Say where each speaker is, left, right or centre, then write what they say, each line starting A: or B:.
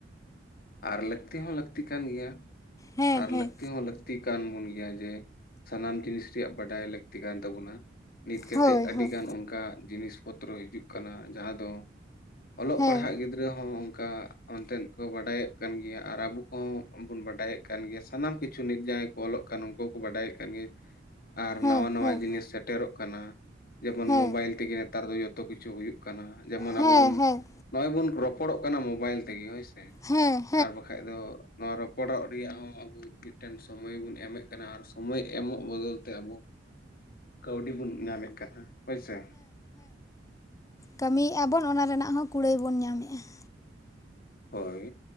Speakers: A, on the left; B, on the left.
A: ᱟᱨ ᱞᱟᱹᱠᱛᱤ ᱦᱚᱸ ᱞᱟᱹᱠᱛᱤ ᱠᱟᱱ ᱜᱮᱭᱟ᱾
B: ᱦᱮᱸ
A: ᱟᱨ
B: ᱦᱮᱸ
A: ᱞᱟᱹᱠᱛᱤ ᱦᱚᱸᱞᱟᱹᱠ ᱛᱤ ᱠᱟᱱ ᱵᱚᱱ ᱜᱮᱭᱟ ᱡᱮ, ᱥᱟᱱᱟᱢ ᱡᱤᱱᱤᱥ ᱨᱮᱭᱟᱜ, ᱵᱟᱰᱟᱭ ᱞᱟᱹᱠᱛᱤ ᱠᱟᱱ ᱛᱟᱵᱚᱱᱟ ᱾ ᱱᱤᱛ ᱠᱟᱛᱮᱫ,
B: ᱦᱳᱭ
A: ᱟᱹᱰᱤᱜᱟᱱ
B: ᱦᱳᱭ
A: ᱚᱱᱠᱟ ᱡᱤᱱᱤᱥ ᱯᱚᱛᱨᱚ ᱦᱤᱡᱩᱜ ᱠᱟᱱᱟ ᱾ ᱡᱟᱦᱟᱸ ᱫᱚ, ᱚᱞᱚᱜ
B: ᱦᱮᱸ
A: ᱯᱟᱲᱦᱟᱜ ᱜᱤᱫᱽᱨᱟᱹ ᱦᱚᱸ, ᱚᱱᱠᱟ ᱚᱱᱛᱮᱱ ᱠᱚ ᱵᱟᱰᱟᱭᱚᱜ ᱠᱟᱱ ᱜᱮᱭᱟ, ᱟᱨ ᱟᱵᱚ ᱠᱚᱦᱚᱸ ᱵᱚᱱ ᱵᱟᱰᱟᱭᱮᱫ ᱠᱟᱱ ᱜᱮᱭᱟ, ᱥᱟᱱᱟᱢ ᱠᱤᱪᱷᱩ ᱱᱤᱛ ᱡᱟᱦᱟᱸᱭ ᱠᱚ, ᱚᱞᱚᱜ ᱠᱟᱱ ᱩᱱ ᱠᱚ ᱠᱚ ᱵᱟᱰᱟᱭᱮᱫ ᱠᱟᱱ ᱜᱮ, ᱟᱨ
B: ᱦᱮᱸ
A: ᱱᱟᱣᱟ ᱱᱟᱣᱟ
B: ᱦᱮᱸ
A: ᱡᱤᱱᱤᱥ ᱥᱮᱴᱮᱨᱚᱜ ᱠᱟᱱᱟ ᱾ ᱡᱮᱢᱚᱱ
B: ᱦᱮᱸ
A: ᱢᱳᱵᱟᱭᱤᱞ ᱛᱮᱜᱮ, ᱱᱮᱛᱟᱨ ᱫᱚ, ᱡᱚᱛᱚ ᱠᱤᱪᱷᱩ ᱦᱩᱭᱩᱜ ᱠᱟᱱᱟ ᱾ ᱡᱮᱢᱚᱱ
B: ᱦᱮᱸ
A: ᱟᱵᱚ ᱵᱚᱱ
B: ᱦᱮᱸ
A: ᱱᱚᱜᱼᱚᱭ ᱵᱚᱱ ᱨᱚᱯᱚᱲᱚᱜ ᱠᱟᱱᱟ᱾ ᱢᱳᱵᱟᱭᱤᱞ ᱛᱮᱜᱮ ᱾ ᱦᱳᱭ ᱥᱮ!
B: ᱦᱮᱸᱻ᱾
A: ᱟᱨ ᱵᱟᱠᱷᱟᱡ ᱫᱚ? ᱱᱚᱣᱟ ᱨᱚᱯᱚᱲᱚᱜ ᱨᱮᱭᱟᱜ ᱦᱚᱸ, ᱟᱵᱚ ᱢᱤᱫᱴᱮᱱ ᱥᱚᱢᱚᱭ ᱵᱚᱱ, ᱮᱢᱮᱫ ᱠᱟᱱᱟ ᱾ ᱟᱨ ᱥᱚᱢᱚᱭ ᱮᱢᱚᱜ ᱵᱚᱫᱚᱞ ᱛᱮ, ᱟᱵᱚ ᱠᱟᱹᱣᱰᱤ ᱵᱚᱱ, ᱧᱟᱢᱮᱫ ᱠᱟᱱᱟ ᱾ ᱦᱳᱭᱥᱮ!
B: ᱠᱟᱹᱢᱤ ᱭᱮᱟ ᱟᱵᱚᱱ, ᱚᱱᱟ ᱨᱮᱱᱟᱜ ᱦᱚᱸ, ᱠᱩᱲᱟᱹᱭ ᱵᱚᱱ ᱧᱟᱢᱮᱟ ᱾
A: ᱦᱳᱭ,